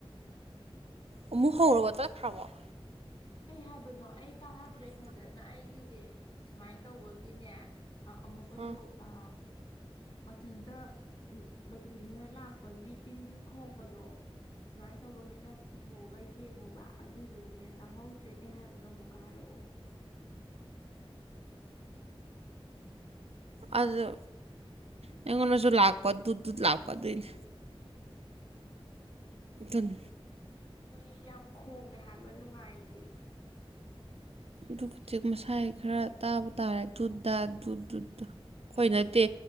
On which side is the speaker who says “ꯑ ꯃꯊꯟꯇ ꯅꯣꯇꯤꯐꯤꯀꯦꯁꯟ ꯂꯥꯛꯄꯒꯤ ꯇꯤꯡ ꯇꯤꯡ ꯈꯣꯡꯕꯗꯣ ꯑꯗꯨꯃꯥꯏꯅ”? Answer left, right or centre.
Left